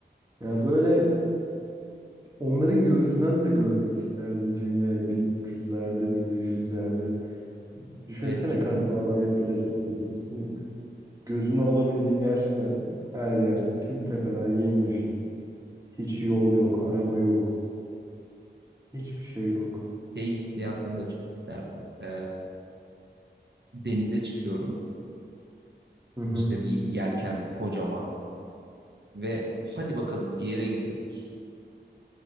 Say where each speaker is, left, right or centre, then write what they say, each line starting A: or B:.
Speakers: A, on the right; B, on the right.
A: Ya böyle onların gözünden de görmek isterdim dünyayı bin bin üç yüzlerde bin beş yüzlerde Düşünsene
B: Evet kesinlikle.
A: Karabağlar Yaylası'na gitmişsin. Gözünü alabildiğin gerçekten her yer, tüm tepeler yemyeşil. Hiç yol yok, araba yok, hiçbir şey yok.
B: Şey hissiyatını da çok isterdim. Ee, denize çıkıyorum.
A: Hı hı.
B: İşte bir yelkenli kocaman ve hadi bakalım bir yere gidiyoruz.